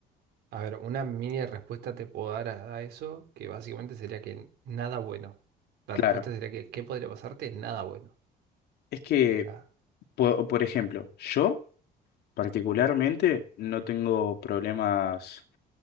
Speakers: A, on the right; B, on the left.
A: A ver, una mini respuesta te puedo dar a, a eso, que básicamente sería que nada bueno. La
B: claro,
A: respuesta sería que ¿qué podría pasarte? Nada bueno.
B: es que,
A: La...
B: po- por ejemplo, yo... Particularmente no tengo problemas